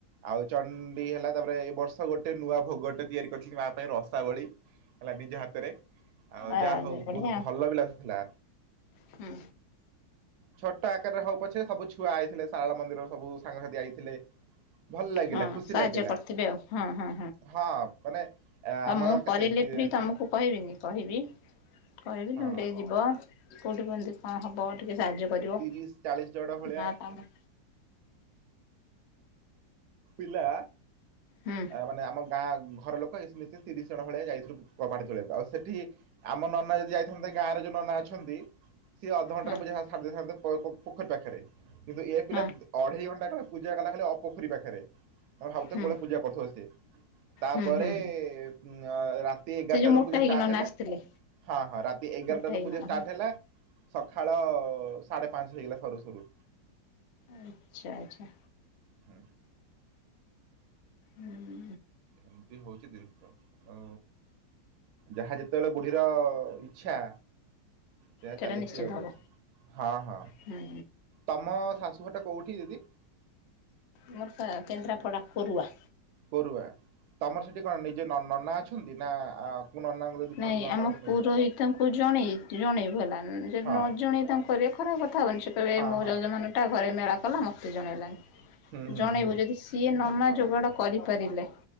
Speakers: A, on the right; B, on the left.
A: ଆଉ ଚଣ୍ଣ୍ଡୀ ହେଲା ତାପରେ ଏ ବର୍ଷ ଗୋଟେ ନୂଆ ଭୋଗଟେ ତିଆରି କରିଥଲି ମା ପାଇଁ ରସାବଳି। ହେଲା ନିଜ ହାତରେ ଆଉ
B: ଆ
A: ଯାହା ହଉ
B: ବଢିଆ
A: ବହୁତ ଭଲ ବି ଲାଗୁଥିଲା।
B: ହୁଁ
A: ଛୋଟ ଆକାରରେ ହଉ ପଛେ ସବୁ ଛୁଆ ଆଇଥିଲେ ଶାରଳା ମନ୍ଦିର ସବୁ ସାଙ୍ଗସାଥି ଆଇଥିଲେ। ଭଲ ଲାଗିଲା
B: ହଁ
A: ଖୁସି
B: ସାହାଯ୍ୟ
A: ଲାଗିଲା
B: କରିଥିବେ ଆଉ ହଁ ହଁ
A: ହଁ ମାନେ ଆ,
B: ହଁ
A: ଆମର
B: ମୁଁ କରିଲି
A: କେତେ ତି-
B: ଫ୍ରି ତମକୁ। କହିବିନି କହିବି କହିବି
A: ହଁ
B: ତୁମେ ଟିକେ ଯିବ କଉଠି କୁହନ୍ତି। ହଁ ହଁ ବହୂ ଟିକେ ସାହାଯ୍ୟ କରିବ
A: ତିରିଶ ଚାଳିଶ ଜଣ ଭଳିଆ
B: ନା କାମ
A: ପିଲା
B: ହୁଁ।
A: ଆ ମାନେ ଆମ ଗାଁ ଘର ଲୋକ ଏସ ବୁ ମିଶି ତିରିଶ ଜଣ ଭଳିଆ ଯାଇଈଥିଲୁ ଟମାଟୋ ତୋଳିବାକୁ ଆଉ ସେଠି ଆମ ନନା ଯଦି ଯାଇଥାନ୍ତେ ଗାଁରେ ଯୋଉ ନନା ଅଛ ଅଛନ୍ତି ସିଏ ଅଧଘଣ୍ଟାରେ
B: ହଁ
A: ପୁରା ଦେଇଥାନ୍ତେ ପୋଖରୀ ପାଖରେ କିନ୍ତୁ ଏ ପିଲା
B: ହଁ
A: ଅଢେଇ ଘଣ୍ଟା କାଳ ପୂଜା କଲା ଖାଲି ଅ ପୋଖରୀ ପାଖେରେ। ହ ହପ୍ତେ
B: ହୁଁ
A: <inaudible> ପୂଜା କରୁଥିବ ସେ ତାପରେ
B: ହୁଁ ହୁଁ ହୁଁ
A: ଉଏମ ରା ରାତି ଏଗାରଟାରୁ
B: ସେ ଯୋଉ ମୋଟା
A: ପୂଜା
B: ହେଇକି
A: ଷ୍ଟାର୍ଟ
B: ନନା
A: ହେଲା
B: ଆସିଥିଲେ
A: ହଁ ହଁ ରାତି ଏଗାରଟାରୁ
B: ମୋଟା ହେଇକି
A: ପୂଜା
B: ନନା
A: ଷ୍ଟାର୍ଟ
B: ହଁ
A: ହେଲା ସଖାଳ ସାଢ଼େ ପାଞ୍ଚ ହେଇଗଲା ସରୁ ସରୁ।
B: ଆଚ୍ଛା ଆଚ୍ଛା।
A: ହଁ
B: ହୁଁ
A: ଏମିତି ହଉଛି ଦିନ ସ ଯାହା ଯେତେବେଳେ ବୁଢୀର ଇଚ୍ଛା ସେଇଆ
B: ସେଇଟା
A: ଚାଲିଚି
B: ନିଶ୍ଚିନ୍ତ
A: ଆଉ
B: ହବ
A: ହଁ ହଁ
B: ହୁଁ
A: ତମ ଶାଶୁଘରଟା କୋଉଠି ଦିଦି?
B: ମୋର ସା କେନ୍ଦ୍ରାପଡ଼ା କୁରୁଆ।
A: କୋରୁଆ ତମର ସେଠି କଣ ନିଜେ ନ ନନା ଅଛନ୍ତି ନା କୋଉ ନନାଙ୍କୁ ଯଦି ଭଲ
B: ନାଇଁ
A: ନନା
B: ଆମ
A: ମିଳିବ
B: ପୁରୋହିତଙ୍କୁ ଜଣେଇ ଜଣେଇବୁ ହେଲା ଯଦି
A: ହଁ
B: ନ ଜଣେଇ ତାଙ୍କୁ ପରେ ଖରାପ କଥା ହବନି ସେ କହିବେ
A: ହଁ
B: ମୋ
A: ହଁ
B: ଜଜମାନଟା ଘରେ ମେଳା କଲା ମୋତେ ଜଣେଇଲାନି।
A: ହୁଁ ହୁଁ
B: ଜଣେଇବୁ
A: ହୁଁ
B: ଯଦି ସିଏ ନମା ଯୋଗାଡ଼ କରିପାରିଲେ